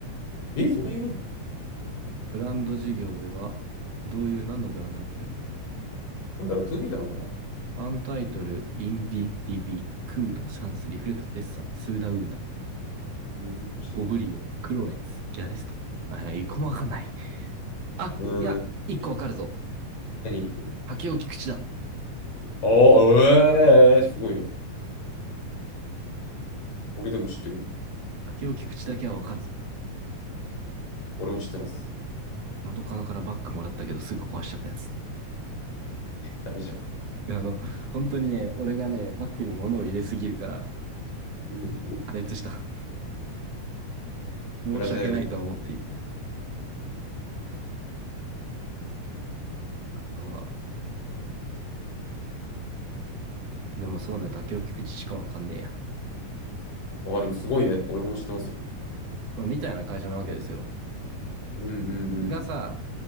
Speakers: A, on the left; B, on the right.
A: え、そんな有名なの
B: ブランド事業では、どういう、何のブランドやってるんだろ
A: なんだろう、2B なのかなう
B: う。アンタイトル、インビディビ、クード、シャンス、リフレクト、デッサン、スーナウーナ、
A: ーん、知らん。
B: オブリオ、クロエンス、ギャレスト。あ、一個もわかんない。あ、
A: うーん、
B: いや、一個わかるぞ。
A: 何
B: 竹尾菊池だ。
A: ああ、ええー、すごいね。俺でも知ってる。
B: 竹尾菊池だけはわかるぞ。
A: 俺も知ってます。
B: 元カノからバッグもらったけど、すぐ壊しちゃったやつ。
A: ダメじゃん。
B: <laughs> あの、本当にね、俺がね、バッグに物を入れすぎるから、
A: うん、
B: 破裂した。申し訳ないとは思っている。
A: ブラジャールで。
B: あとは、でもそうね、竹を聞く知しかわかんねえや。
A: ああ、でもすごいね。俺も知ってますよ。
B: まあ、みたいな会社なわけですよ。
A: うんうんうん。
B: がさ、